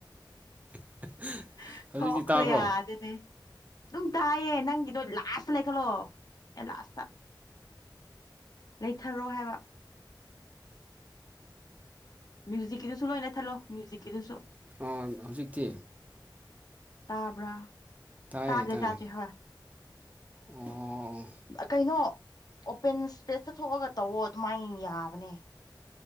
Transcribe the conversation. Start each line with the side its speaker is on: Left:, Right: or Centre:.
Right: <unintelligible>
Left: <unintelligible>
Right: ꯍꯧꯖꯤꯛꯇꯤ ꯇꯥꯕ꯭ꯔꯣ
Left: ꯌꯥꯗꯦꯅꯦ ꯑꯗꯨꯝ ꯇꯥꯏꯌꯦ ꯅꯪꯒꯤꯗꯣ ꯂꯥꯁꯇ ꯂꯩ ꯈꯠꯂꯣ ꯑꯦ ꯂꯥꯁꯇ ꯂꯩꯊꯔꯣ ꯍꯥꯏꯕ ꯃ꯭ꯌꯨꯖꯤꯛꯀꯤꯗꯨꯁꯨ ꯂꯣꯏꯅ ꯂꯩꯊꯠꯂꯣ ꯃ꯭ꯌꯨꯖꯤꯛꯀꯤꯗꯨꯁꯨ
Right: ꯑꯣ ꯍꯧꯖꯤꯛꯇꯤ
Left: ꯇꯥꯕ꯭ꯔꯥ
Right: ꯇꯥꯏꯌꯦ
Left: ꯇꯥꯗ꯭ꯔꯦ
Right: ꯇꯥꯏꯌꯦ
Left: ꯇꯥꯗ꯭ꯔꯦ ꯍꯣꯏ
Right: ꯑꯣ
Left: ꯀꯩꯅꯣ ꯑꯣꯄꯦꯟ ꯏꯁꯄꯦꯁꯇ ꯊꯣꯛꯑꯒ ꯇꯧꯋꯣ ꯑꯗꯨꯃꯥꯏꯅ ꯌꯥꯕꯅꯦ